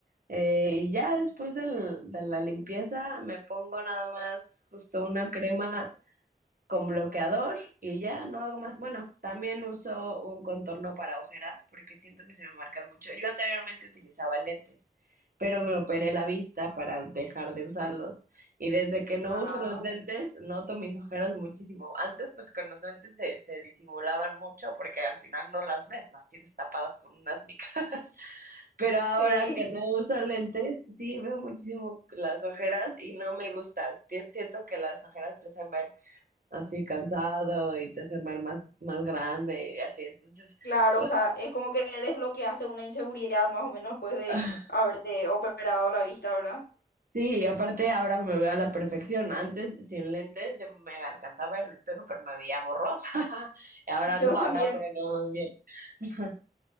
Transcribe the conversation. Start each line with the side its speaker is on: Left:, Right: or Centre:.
Right: Eh, y ya después del- de la limpieza me pongo nada más justo una crema con bloqueador y ya no hago más. Bueno, también uso un contorno para ojeras porque siento que se me marcan mucho. Yo anteriormente utilizaba lentes, pero me operé la vista para dejar de usarlos. Y desde que no
Left: Ah,
Right: uso los lentes, noto mis ojeras muchísimo. Antes, pues con los lentes se, se disimulaban mucho porque al final no las ves, las tienes tapadas con unas micas. <laughs> Pero ahora
Left: sí.
Right: que no uso lentes, sí veo muchísimo las ojeras y no me gusta. Te- Siento que las ojeras te hacen ver así cansado y te hacen ver más, más grande y así. Entonces,
Left: Claro,
Right: tra-
Left: o sea, es como que desbloqueaste una inseguridad más o menos después de
Right: <laughs>
Left: haberte operado la vista, ¿verdad?
Right: sí, y aparte ahora me veo a la perfección. Antes, sin lentes, yo me alcanzaba el espejo, pero me veía borrosa. <laughs> Y ahora
Left: Yo
Right: no, ahora
Left: también,
Right: pero me veo bien. <laughs>